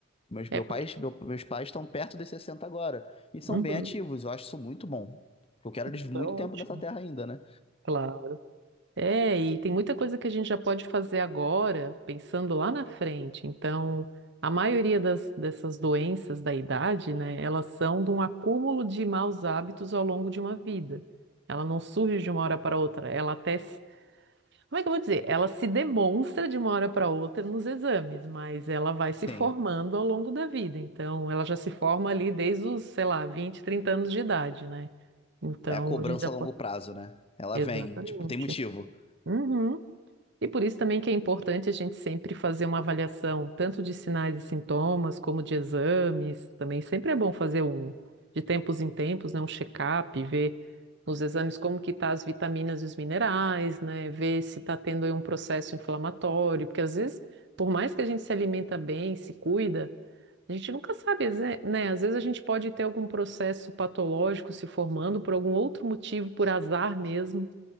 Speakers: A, on the left; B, on the right.
A: Mas
B: É,
A: meu
B: por-
A: pai, meu- meus pais estão perto dos 60 agora e são
B: uhum.
A: bem ativos. Eu acho isso muito bom. Eu quero
B: Isso
A: eles muito
B: é ótimo.
A: tempo nessa terra ainda, né?
B: Claro. É, e tem muita coisa que a gente já pode fazer agora, pensando lá na frente. Então, a maioria das, dessas doenças da idade, né, elas são de um acúmulo de maus hábitos ao longo de uma vida. Ela não surge de uma hora para outra. Ela até, se- como é que eu vou dizer? Ela se demonstra de uma hora para outra nos exames, mas ela vai se
A: Sim.
B: formando ao longo da vida. Então, ela já se forma ali desde os, sei lá, 20, 30 anos de idade, né? Então,
A: É a cobrança
B: a gente já
A: a
B: pode.
A: longo prazo, né? Ela
B: Exatamente.
A: vem, tipo, tem motivo.
B: Uhum. E por isso também que é importante a gente sempre fazer uma avaliação, tanto de sinais e sintomas, como de exames. Também sempre é bom fazer um, de tempos em tempos, né, um check-up, ver nos exames como que tá as vitaminas e os minerais, né, ver se está tendo aí um processo inflamatório, porque às vezes, por mais que a gente se alimenta bem, se cuida, a gente nunca sabe, às ve- né, às vezes a gente pode ter algum processo patológico se formando por algum outro motivo, por azar mesmo.